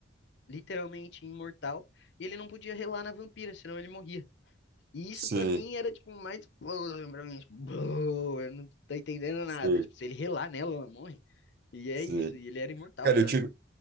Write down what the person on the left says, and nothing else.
literalmente imortal, e ele não podia relar na vampira, senão ele morria. E
isso pra mim era tipo mais explosão pra mim, tipo, "Bô, eu não tô entendendo
nada. Tipo, se ele relar nela, ela morre. E é
isso, e ele era imortal,
sabe?